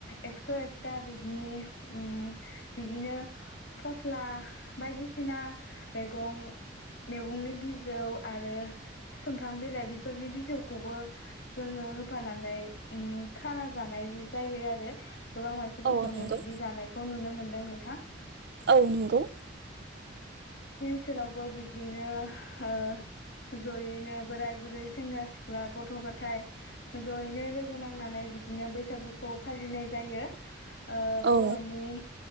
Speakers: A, on the left (about 60°); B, on the right (about 60°).
A: एकस' एकथा बि दिनि ओम बिदिनो फस्ला बायदिसिना मैगं-मैगंनि बिजौ आरो सुमफ्राम बिलाइ बेफोरनि बिजौखौबो जोङो होफानानै ओम खाना जानाय जायो आरो गोबां मानसि
B: औ
A: खौनो
B: नंगौ
A: बिदि जानायखौ नुनो मो दों नोंथां।
B: औ नोंगौ।
A: ओसोलावबो बिब्दिनो ओ जयैनो बोराय-बुरै, सेंग्रा-सिख्ला, गथ'-गथाय जयैनो लोगो नांनानै बिदिनो बैसागुखौ फालिनाय जायो। ओ
B: औ
A: बर'नि